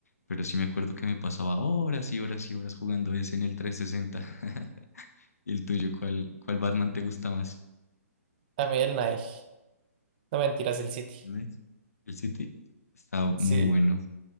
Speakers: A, on the left; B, on the right.
A: pero sí me acuerdo que me pasaba horas y horas y horas jugando ese en el 360. <laughs> ¿Y el tuyo, cuál, cuál Batman te gusta más?
B: A mí el Nike. No mentiras, el City.
A: ¿Ves? ¿El City? Está
B: Sí,
A: muy bueno.